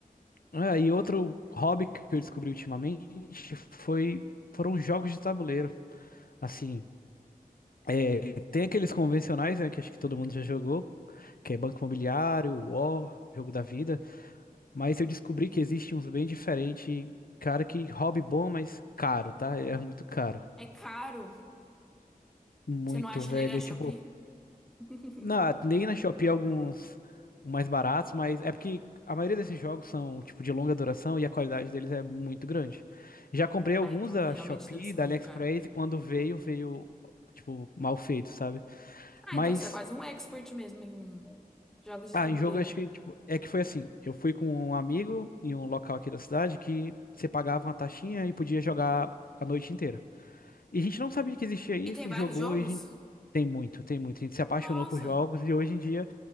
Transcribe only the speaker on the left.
É, e outro hobby que eu descobri ultimamente foi foram jogos de tabuleiro. Assim, é, tem aqueles convencionais, né, que acho que todo mundo já jogou, que é Banco Imobiliário, War, Jogo da Vida, mas eu descobri que existe uns bem diferentes, cara, que hobby bom, mas caro, tá? É muito caro.
Muito,
velho.
Tipo,
Na, nem na Shopee é alguns mais baratos, mas é porque a maioria desses jogos são tipo de longa duração e a qualidade deles é muito grande. Já comprei alguns
da
Shopee,
da
AliExpress
e quando veio, veio tipo mal feito, sabe?
Mas
ah,
em jogo eu acho que tipo, é que foi assim, eu fui com um amigo em um local aqui da cidade que você pagava uma taxinha e podia jogar a noite inteira. E a gente não sabia que existia isso,
jogou
e a gente tem muito, tem muito. A gente se apaixonou
por jogos e hoje em dia